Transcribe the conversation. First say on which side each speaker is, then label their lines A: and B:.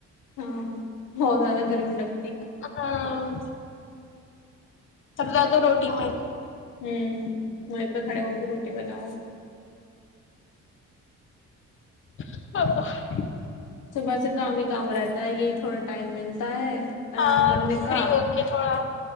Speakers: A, on the left; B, on the left.
A: ہاں بہت زیادہ گرمی لگ
B: ہاں سب ا <unintelligible>
A: ہمم وہیں پہ کھڑے ہو بھی روٹی بناؤ
B: ہاں
A: صبح سے کام ہی کام رہتا ہے یہی تھوڑا ٹائم ملتا ہے
B: ہاں
A: آرام کرنے
B: فری
A: کا
B: ہو کے تھوڑا